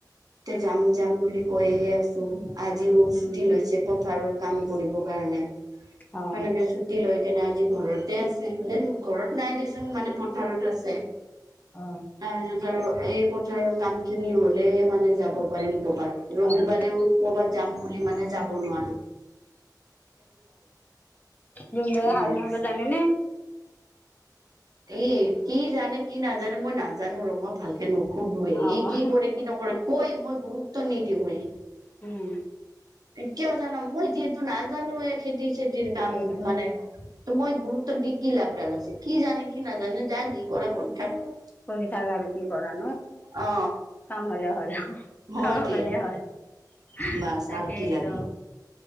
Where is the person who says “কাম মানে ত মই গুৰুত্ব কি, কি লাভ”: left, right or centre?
Right